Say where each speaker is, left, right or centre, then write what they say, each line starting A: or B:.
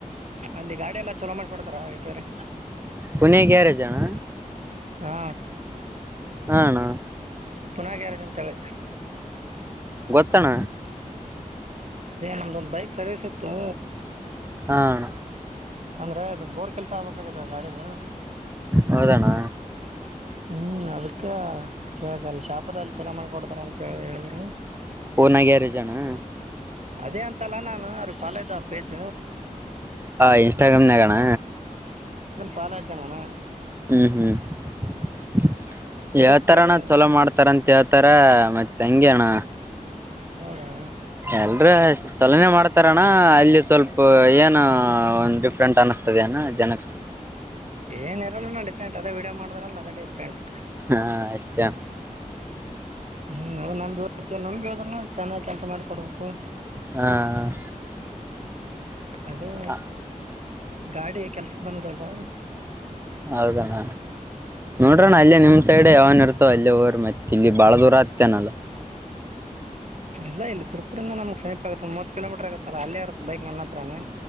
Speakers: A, on the right; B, on the right.
A: ಅಲ್ಲಿ ಗಾಡಿ ಎಲ್ಲ. ಚಲೋ ಮಾಡ್ಕೊಡ್ತಾರ ರಿಪೇರಿ.
B: ಪುಣೆ ಗ್ಯಾರೇಜ್ ಅಣ್ಣ
A: ಹಾ
B: ಹಾ ಅಣ್ಣ
A: ಪುನಾ ಗ್ಯಾರೇಜ್ ಅಂತ ಹೇಳಿ.
B: ತ್ತಣ.
A: ಎ ನಮ್ದೊಂದ್ ಬೈಕ್ ಸರ್ವಿಸ್ ಇತ್ತು.
B: ಹ ಅಣ.
A: ಅಂದ್ರೆ ಅದು ಬೋರ್ ಕೆಲ್ಸ ಆಗ್ಬೇಕಾಗದ ಗಾಡಿದು.
B: ಹೌದಣ್ಣ
A: ಹ್ಮ್ ಅದಕ್ಕೆ ಕೇಳಿದೆ ಅಲ್ಲಿ ಶಾಪ್ರಲ್ಲಿ ಚಲೋ ಮಾಡ್ಕೊಡತಾರ ಅಂತ ಹೇಳ ಹೇಳಿದ್ರು.
B: ಪುನಾ ಗ್ಯಾರಜಣ್ಣಾ
A: ಅದೇ ಅಂತ. ಇತ್ತಲ್ಲ ನಾನು ಅವರಿಗೆ ಫಾಲೋ ಇದ ಪೇಜ.
B: ಹಾ ಇನ್ಸ್ಟಾಗ್ರಾಮ್ನಗಣ.
A: ಫಾಲೊ ಇದ್ದನಾನ.
B: ಹ್ಮ್ ಹ್ಮ್ <inaudible>
A: ಅದು
B: ಹೇಳ್ತರಣ
A: ಕೇಳ್ದೆ
B: ಚಲೋ ಮಾಡ್ತಾರಂತ ಹೇಳ್ತರ ಮತ್ತೆ ಹಿಂಗೆಣ್ಣ.
A: ಹೌದಾ
B: ಎಲ್ರ ಚಲನೆ ಮಾಡ ತರಣ ಅಲ್ಲಿ ಸ್ವಲ್ಪ ಏನು ಒ ಡಿಫ್ರೆಂಟ್ ಅನಿಸ್ತದೆ ಅಣ ಜನಕ್ಕೆ.
A: ಏನ್ ಇರಲ್ಲ ನ ಡಿಫ್ರಂಟ್ ಅ ವೀಡಿಯೋ ಮಾಡಾರಲ್ಲ ಅದೇ ಡಿಫ್ರೆಂಟ್
B: ಹಾ ಎಷ್ಟ.
A: ಹ್ಮ್ ಅ ನಮ ಜೋತಿ ನಂಬಿ ಹೋದ್ರುನು ಚೆನ್ನಾಗಿ ಕೆಲಸ ಮಾಡಿಕೊಡ್ಬೇಕು.
B: ಹಾಂ <unintelligible>
A: ಅದೇ ಗಾಡಿ ಕೆಲ್ಸಕ್ ಬಂದದಲ್ವಾ
B: ಹೌದಣ್ಣ ನೋಡ್ರಣ
A: ಹ್ಮ್
B: ಅಲ್ಲೇ ನಿಮ್ ಸೈಡ್ ಯಾವನ್ ಇರ್ತೋ ಅಲ್ಲ ರ್ ಮತ್ತ ಇಲ್ಲಿ ಬಾಳ ದೂರ ಆಗ್ತೇನಲ್ಲ.
A: ಇಲ್ಲ ಇ ಸರ್ಪೂರಿಂದಿಂದ ನಮ್ಗ್ ಸಮೀಪ ಆತ್ತೆ ಒಂದ್ ಮೊವತ್ ಕಿಲೊಮೀಟರ್ ಆಗತ್ತಲ್ಲ ಅಲ್ಲೇ ಇರುತ್ತೆ ಬೈಕ್ ನನ್ನ ಹತ್ರನೇ.